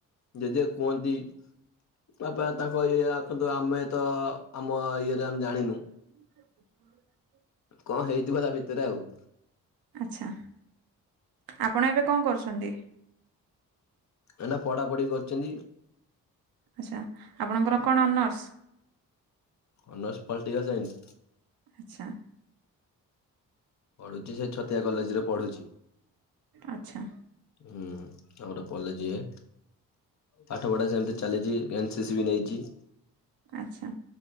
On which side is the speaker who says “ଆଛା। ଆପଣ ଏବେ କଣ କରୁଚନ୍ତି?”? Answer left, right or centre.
Right